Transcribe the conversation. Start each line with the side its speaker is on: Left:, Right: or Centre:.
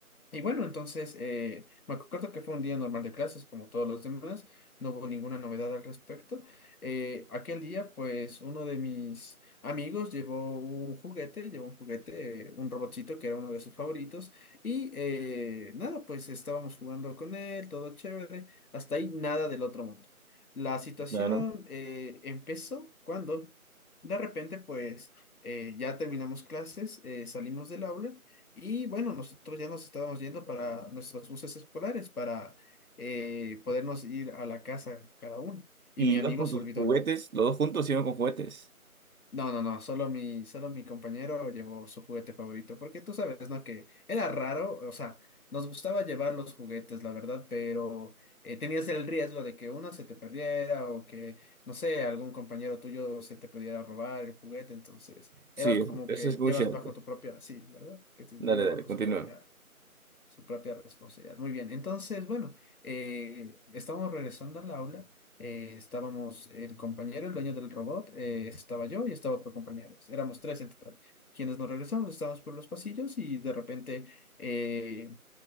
Left: Y bueno, entonces eh, me acuerdo que fue un día normal de clases, como todos los demás, no hubo ninguna novedad al respecto. Eh, aquel día, pues uno de mis amigos llevó un juguete, llevó un juguete, eh, un robotcito que era uno de sus favoritos, y eh, nada, pues estábamos jugando con él, todo chévere, hasta ahí nada del otro mundo. La situación
Right: Claro.
Left: eh, empezó cuando de repente, pues eh, ya terminamos clases, eh, salimos del aula. Y bueno, nosotros ya nos estábamos yendo para nuestros buses escolares para eh, podernos ir a la casa cada uno. Y
Right: ¿Y
Left: mi amigo
Right: ibas con
Left: se
Right: tus
Left: olvidó.
Right: juguetes?
Left: el-
Right: ¿Los dos juntos iban con juguetes?
Left: No, no, no, solo mi, solo mi compañero llevó su juguete favorito, porque tú sabes, ¿no? Que era raro, o sea, nos gustaba llevar los juguetes, la verdad, pero eh, tenías el riesgo de que uno se te perdiera o que, no sé, algún compañero tuyo se te pudiera robar el juguete, entonces
Right: Sí,
Left: era como
Right: eso
Left: que
Right: es muy
Left: llevas
Right: cierto.
Left: bajo tu propia, sí, ¿verdad? Que te
Right: Dale,
Left: lleve
Right: dale,
Left: bajo
Right: continúa.
Left: su propia su propia responsabilidad. Muy bien, entonces, bueno, eh, estábamos regresando al aula, eh, estábamos el compañero, el dueño del robot, eh, estaba yo y estaba otro compañero, éramos tres en total. Quienes nos regresamos, estábamos por los pasillos y de repente, eh,